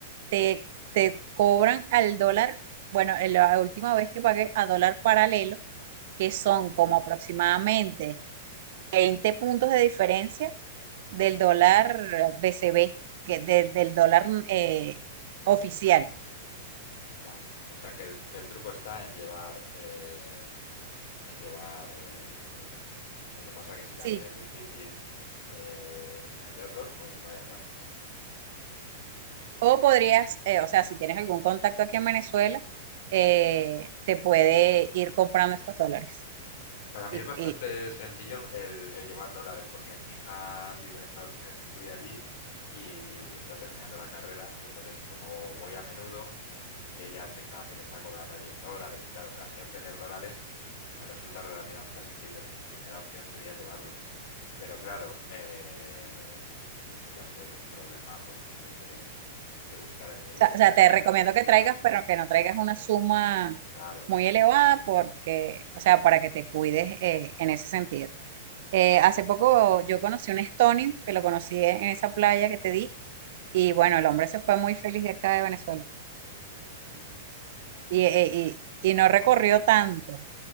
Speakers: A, on the right; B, on the left.
A: te, te cobran al dólar. Bueno, en la última vez que pagué a dólar paralelo, que son
B: Ujú.
A: como aproximadamente Veinte puntos de diferencia
B: Madre
A: del
B: mía.
A: dólar BCB, que de- del dólar eh, oficial.
B: Vale. O sea que el, que el truco está en llevar, eh, en llevar eh, los dólares. Lo que pasa que si también
A: Sí.
B: es difícil eh, meterlos, pues vaya gracia.
A: O podrías, eh, o sea, si tienes algún contacto aquí en Venezuela, eh, te puede ir comprando estos dólares.
B: Para mí
A: Y,
B: es bastante
A: y-
B: sencillo el, el llevar dólares porque mi hija vive en Estados Unidos, estudia allí y está terminando la carrera y entonces como voy a menudo, y ella al fin también está cobrando allí en dólares y tal. O sea, a mí obtener dólares me resulta relativamente asequible. Mi primera opción sería llevarlos. Pero claro, eh, si, si va a ser un problema, pues tendré que, que buscar el medio
A: o sea,
B: de
A: o sea,
B: encontrar
A: te recomiendo
B: allí
A: que traigas,
B: mercados
A: pero
B: negros.
A: que no traigas una suma
B: Claro,
A: muy elevada
B: ya, ya.
A: porque, o sea, para que te cuides eh, en ese sentido. Eh, hace poco yo conocí un estonio que lo conocí en esa playa que te dije Y bueno, el hombre se fue muy feliz de acá de Venezuela
B: Ujú.
A: y, eh,
B: Perfecto.
A: y, y no recorrió tanto. O